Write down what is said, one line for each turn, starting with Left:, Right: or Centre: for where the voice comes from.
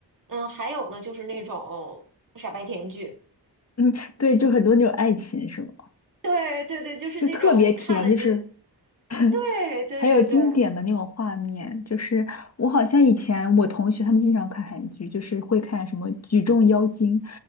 Right: 嗯，还有呢就是那种傻白甜剧，
Left: 嗯，对，就很多那种爱情是吗？
Right: 对对对，就是那种你看了你就
Left: 就特别甜，就是 <laughs>
Right: 对对对对
Left: 还有经典的那种画面，就是我好像以前我同学他们经常看韩剧，就是会看什么《举重妖精》